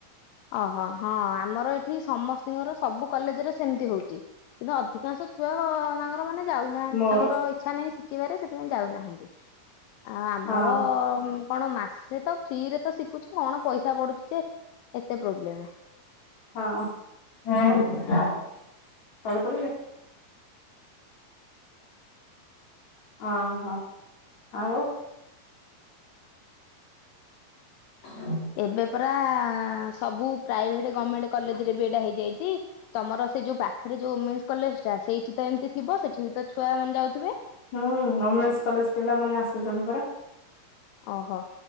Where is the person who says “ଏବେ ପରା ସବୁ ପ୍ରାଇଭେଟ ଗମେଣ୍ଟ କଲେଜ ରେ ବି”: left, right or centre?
Left